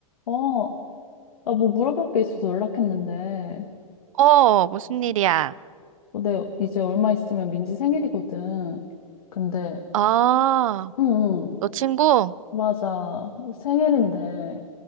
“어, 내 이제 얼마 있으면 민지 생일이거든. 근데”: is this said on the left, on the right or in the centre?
Left